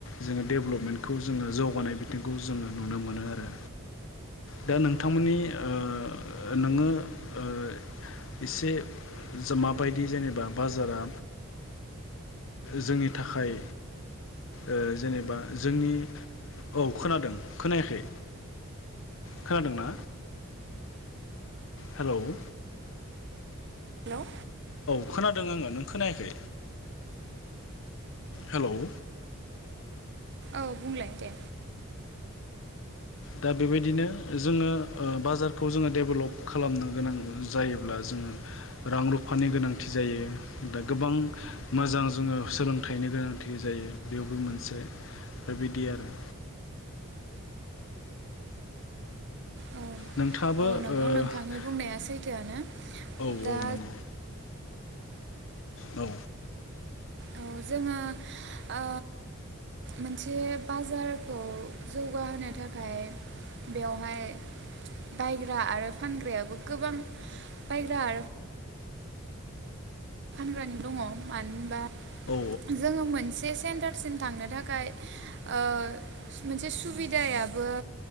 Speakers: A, on the left (about 60°); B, on the right (about 55°).
A: जोङो डेभेलपमेन्ट बेखौ जोङो जौगानाय बिथिंखौ जोङो नुनो मोनो आरो दा नोंथांमोननि ओ नोङो ओ एसे माबायदि जेनेबा बाजारा जोंनि थाखाय ओ जेनेबा जोंनि औ खोनादों खोनायाखै खोनादोंना? हेल'
B: हेल'
A: औ खोनादों आङो नों खोनायाखै हेल'
B: औ बुंलाय दे
A: दा बेबायदिनो जोङो ओ बाजारखौ जोङो डेभेलप खालामनो गोनां जायोब्ला जोङो रां-रुफानि गोनांथि जायो। दा गोबां मोजां जोङो सोलोंथाइनि गोनांथि जायो बेयावबो मोनसे बेबायदि आरो
B: औ
A: नोंथाङाबो
B: औ नंगौ
A: ओ
B: नोंथांनि बुंनाया सैथोआनो
A: औ
B: दा
A: नंगौ औ
B: औ जोङो ओ मोनसे बाजारखौ जौगाहोनो थाखाय बेवहाय बायग्रा आरो फानग्रायाबो गोबां बायग्रा आरो फानग्रानि दङ मानबा
A: औ
B: जोङो मोनसे सेन्टारसिम थांनो थाखाय ओ मोनसे सुबिदायाबो